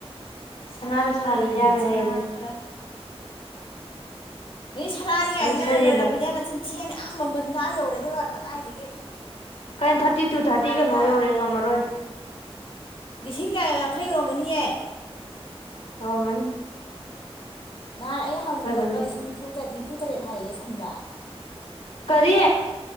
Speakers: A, on the left; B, on the left.
A: ꯁꯅꯥ
B: ꯁꯅꯥꯗ ꯁꯥꯗꯗꯤ
A: ꯂꯩꯌꯦ
B: ꯌꯥꯔꯣꯏ
A: ꯁꯅꯥ
B: ꯍꯥꯏꯌꯦ ꯑꯗꯨꯗꯤ
A: ꯈꯔ ꯑꯗꯩ ꯁꯅꯥꯅꯤ ꯒꯥꯏꯅ
B: ꯑꯗꯨ ꯁꯌꯦꯠꯂ
A: ꯂꯩꯔꯝꯕꯅꯤ ꯅꯆꯤꯟ ꯁꯦꯜ ꯑꯥ ꯃꯃꯜ ꯑꯥ ꯌꯧꯔꯦ ꯑꯗꯨꯒ ꯀꯗꯥꯏꯗꯒꯤ
B: ꯀꯩꯅꯣ ꯊꯥꯔꯇꯤꯇꯨ
A: ꯇꯪꯈꯥꯏꯗ
B: ꯊꯥꯔꯇꯤ ꯀꯩꯅꯣ ꯌꯧꯔꯦ ꯉꯝꯃꯔꯣꯏ
A: ꯂꯤꯁꯤꯡ ꯀꯌꯥ ꯌꯥꯡꯈꯩ ꯌꯧꯔꯝꯃꯅꯤꯌꯦ
B: ꯌꯧꯔꯝꯃꯅꯤ
A: ꯉꯥꯍꯟ ꯑꯩ ꯍꯪꯉꯨꯕꯗ ꯂꯨꯄꯥ
B: ꯑꯗꯨꯗꯤ
A: ꯂꯤꯁꯤꯡ ꯅꯤꯝꯐꯨ ꯇ ꯅꯤꯝꯐꯨ ꯇꯔꯦꯠ ꯍꯥꯏꯌꯦ ꯁꯟꯗ
B: ꯀꯔꯤ